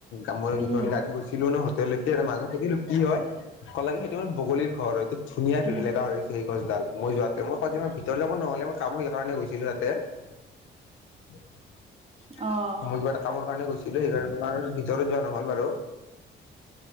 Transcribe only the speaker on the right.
উম
উম
অ',